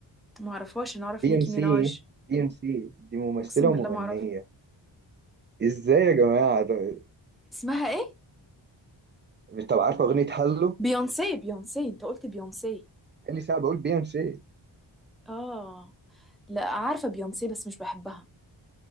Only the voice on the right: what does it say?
بيونسي
بيونسي دي ممثله
ومغنيه
ازاي يا جماعه ده...
طب عارفه اغنيه هالو
قال لي ساعه بقول بيونسي